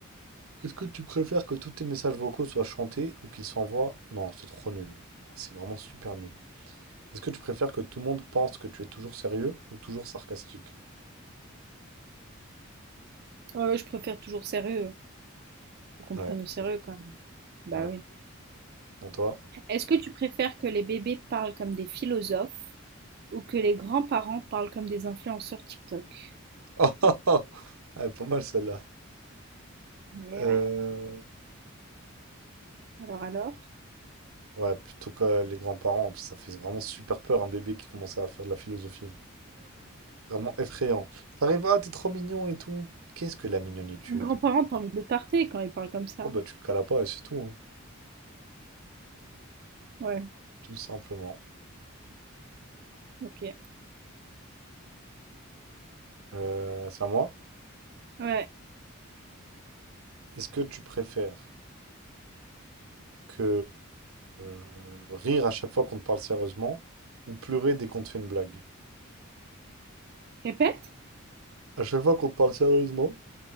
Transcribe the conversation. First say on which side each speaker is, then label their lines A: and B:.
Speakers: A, on the right (about 85°); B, on the right (about 50°).
A: Est-ce que tu préfères que tous tes messages vocaux soient chantés ou qu'ils s'envoient? Non, c'est trop nul. C'est vraiment super nul. Est-ce que tu préfères que tout le monde pense que tu es toujours sérieux ou toujours sarcastique?
B: Euh, je préfère toujours sérieux. Faut qu'on
A: Ouais,
B: prenne au sérieux
A: c'est
B: quand même. Bah
A: vrai. ouais.
B: oui.
A: À toi.
B: Est-ce que tu préfères que les bébés parlent comme des philosophes ou que les grands-parents parlent comme des influenceurs TikTok?
A: <laughs> Oh, pas mal celle-là.
B: Mais
A: Euh,
B: ouais, alors alors?
A: Ouais, plutôt que les grands-parents, parce que ça fait vraiment super peur un bébé qui commence à faire de la philosophie. hein. Vraiment effrayant. T'arrives, ah, t'es trop mignon et tout. Qu'est-ce que la mignonitude?
B: Les grands-parents, <laughs> t'as envie de le tarter quand ils parlent comme ça.
A: Oh bah tu le cales pas et c'est tout, hein,
B: Ouais,
A: tout simplement.
B: ok.
A: Euh, c'est à moi.
B: Ouais.
A: Est-ce que tu préfères que euh, rire à chaque fois qu'on te parle sérieusement ou pleurer dès qu'on te fait une blague?
B: Répète?
A: À chaque fois qu'on te parle sérieusement,